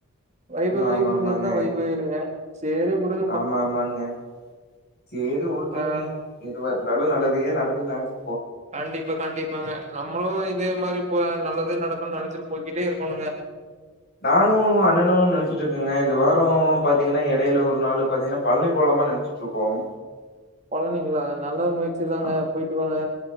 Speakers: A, on the right; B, on the left.
A: வைபு
B: ஆமா
A: வைபு
B: ஆமாங்க
A: சேந்தா வைபு ங்க சேரி உடுங்
B: ஆமா ஆமாங்க சேரி ஓகேங்க
A: ஆ
B: எதுவா இருந்தாலு நல்லதுக்கே நடக்கு நெனச்சு
A: கண்டிப்பா கண்டிப்பாங்க நம்மளு இதே மாரி போ நல்லததே நடக்குன்னு நெனச்சிட்டு போய்கிட்டே இருக்கணுங்க
B: நானு அண்ணனு நெனச்சிட்ருக்கங்க இந்த வாரோ பாத்தீங்கன்னா எடையில ஒரு நாள் பாத்தீங்கன்னா பழனி போலாமா நெனைச் ட்ருக்கோம்
A: பழனிங்களா நல்லா முயற்சிதாங்க
B: அ
A: போயிட்டு வாங்க